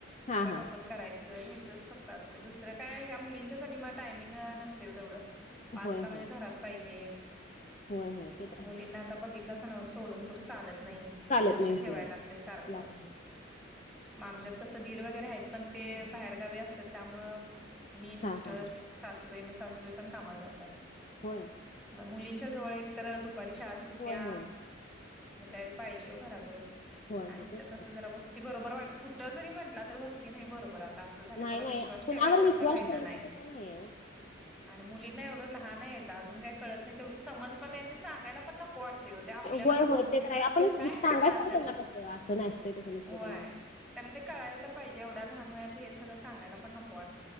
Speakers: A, on the left (about 35°); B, in the centre.
A: हा
B: गट
A: हा
B: ओप करायचं हचच फक्त असते दुसरं काय ह्या मुलींच्यासाठी मग टायमिंग नसते तेवढं पाच
A: होय
B: ला म्हणजे
A: होय
B: घरात पाहिजे,
A: होय होय ते तर
B: मुलींना
A: आहे
B: आता बघितलास ना सोडून कुठे चालत नाही.
A: चालत नाही.
B: ठेवाय
A: होय.
B: लागते सारखं
A: हा
B: मग आमच्यात कसं ीर वगैरे आहेत पण ते बाहेरगावी असतात त्यामुळ मी
A: हा
B: मिस्टर
A: हा
B: सासूबाई म सासूबाई पण कामाला जातात.
A: होय.
B: मग मुलींच्या जवळ एक तर दुपारी शाळा सुटत्या
A: होय होय
B: मग त्यावेळी पाहिजे हो घराजवळ
A: होय हो
B: आणिथं
A: ते तर
B: कसं
A: आहे.
B: जरा वस्ती बरोबर वाटत कुठं जरी म्हटला तरी वस्ती नाही बरोबर आता झाले
A: नाही
B: कि
A: नाही
B: विश्वास
A: कुणावर
B: ठेवायसारखं
A: विश्वास
B: राहिलं
A: ठेवण्यासारखं
B: नाही.
A: काय नाहीये ओ.
B: आणि मुलींना एवढं लहान आहेत अजून काही कळत नाही तेवढी समज पण ते सांगायला पण नको वाटते होते आपल्याला
A: होय
B: तर
A: होय
B: बघूनच
A: ते
B: कस
A: आहे आपण सांगायच
B: काय सांगणार.
A: तर त्यांना कसं असं नाही असत तस नसतते
B: होय.
A: त्यामुळे
B: त्यांना ते कळायला तर पाहिजे एवढं लहान वयात हे सगं सांगाला पण नक